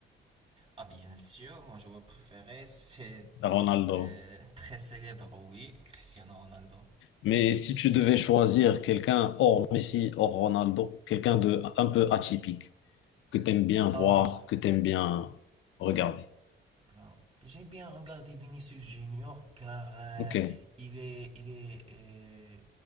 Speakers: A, on the right (about 30°); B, on the left (about 80°).
A: Ah bien sûr, mon joueur préféré, c'est
B: Ronaldo.
A: euh, très célèbre, oui, Cristiano Ronaldo.
B: Mais si tu devais choisir quelqu'un hors Messi, hors Ronaldo, quelqu'un de un peu atypique, que t'aimes bien voir,
A: Ah,
B: que t'aimes bien regarder.
A: d'accord. J'aime bien regarder Vinicius Junior car euh,
B: Ok.
A: il est, il est euh,